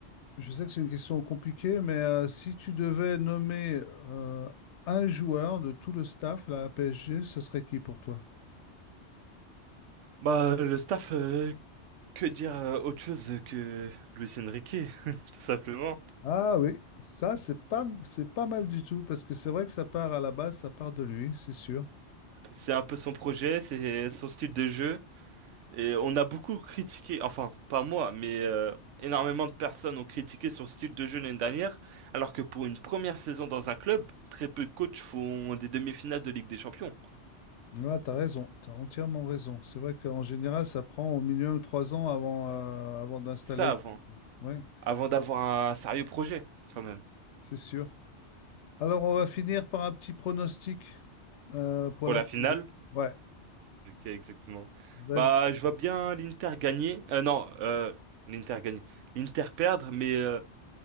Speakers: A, on the left; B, on the right.
A: Je sais que c'est une question compliquée, mais euh, si tu devais nommer euh, un joueur de tout le staff là, à PSG, ce serait qui pour toi?
B: Bah, le staff, euh, que dire euh, autre chose que Luis Enrique, <laughs> tout simplement.
A: Ah oui, ça c'est pas c'est pas mal du tout parce que c'est vrai que ça part à la base, ça part de lui, c'est sûr.
B: C'est un peu son projet, c'est son style de jeu. Et on a beaucoup critiqué, enfin, pas moi, mais euh, énormément de personnes ont critiqué son style de jeu l'année dernière, alors que pour une première saison dans un club, très peu de coachs font des demi-finales de Ligue des Champions.
A: Là, t'as raison, t'as entièrement raison. C'est vrai qu'en général, ça prend au minimum trois ans avant, euh, avant d'installer.
B: Ça avant,
A: Ouais,
B: avant d'avoir un sérieux projet, quand même.
A: c'est sûr. Alors, on va finir par un petit pronostic euh, pour
B: Pour
A: la.
B: la finale.
A: Ouais,
B: Ok, exactement.
A: vas-y.
B: Bah, je vois bien l'Inter gagner. Euh, non, euh, l'Inter gagner. L'Inter perdre, mais euh,